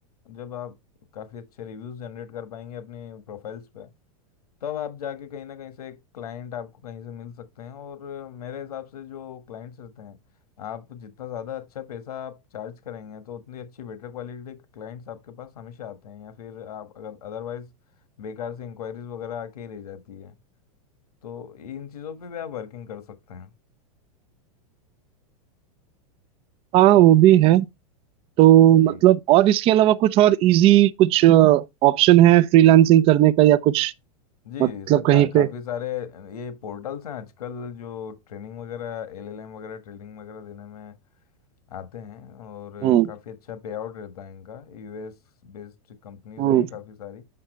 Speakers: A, on the left (about 90°); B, on the right (about 30°).
A: जब आप काफ़ी अच्छे रिव्यूज जनरेट कर पाएंगे अपनी प्रोफाइल्स पे तब आप जाके कहीं ना कहीं से क्लाइंट आपको कहीं से मिल सकते हैं और मेरे हिसाब से जो क्लाइंट्स रहते हैं आप जितना ज़्यादा अच्छा पैसा आप चार्ज करेंगे तो उतनी अच्छी बेटर क्वालिटी के क्लाइंट्स आपके पास हमेशा आते हैं या फिर आप अगर अदरवाइज बेकार से इंक्वायरीज वगैरह आके ही रह जाती है तो इन चीज़ों पे भी आप वर्किंग कर सकते हैं
B: हाँ वो भी है तो
A: जी
B: मतलब और इसके अलावा कुछ और इजी कुछ ऑप्शन है फ्रीलांसिंग करने का या कुछ
A: जी
B: मतलब
A: सर
B: कहीं
A: का, काफ़ी
B: पे
A: सारे ये पोर्टल्स हैं आजकल जो ट्रेनिंग वगैरह एलएलएम वगैरह ट्रेनिंग वगैरह देने में आते हैं और
B: हम्म
A: काफ़ी अच्छा पे आउट रहता है इनका यूएस बेस्ड कंपनीज
B: हम्म
A: हैं काफ़ी सारी